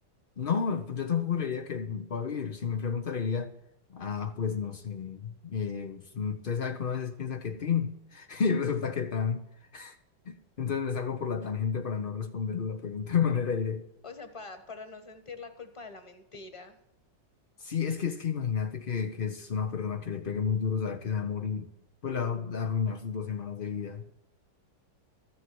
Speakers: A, on the left (about 70°); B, on the left (about 20°).
A: No, pues yo tampoco le diría que va a vivir. Si me pregunta, le diría, ah, pues no sé, eh, usted sabe que una vez piensa que tin <laughs> y resulta que tan. Entonces me salgo por la tangente para no responderle la pregunta de manera directa.
B: O sea, para, para no sentir la culpa de la mentira. <laughs>
A: Sí, es que es que imagínate que, que es una persona que le pegue muy duro saber que se va a morir, pues le va a arruinar sus dos semanas de vida.